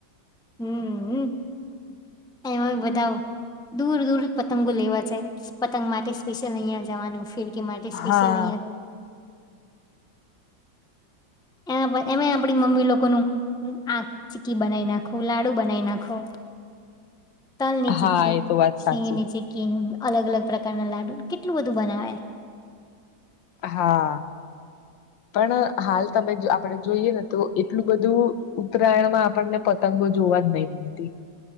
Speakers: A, in the centre; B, on the left.
A: હમ હમ એમાં બધા. દૂર દૂર પતંગો લેવા જાય પતંગ માટે સ્પેશિયલ અહિયાં જાવાનું. ફિરકી માટે સ્પેશિયલ
B: હા
A: અહિયાં એના એમે આપણી મમ્મી લોકોનું આ ચીકી બનાઈ નાખો, લાડુ બનાઈ નાખો. તલની
B: હા
A: ચીકી,
B: એ તો વાત
A: શીંગની
B: સાચી
A: ચીકી અલગ અલગ પ્રકારના લાડુ કેટલું બધું બનાવે.
B: હા પણ હાલ તમે જો આપણેે જોઈએ ને તો એટલું બધું ઉત્તરાયણમાં આપણને પતંગો જોવા જ નહીં મલતી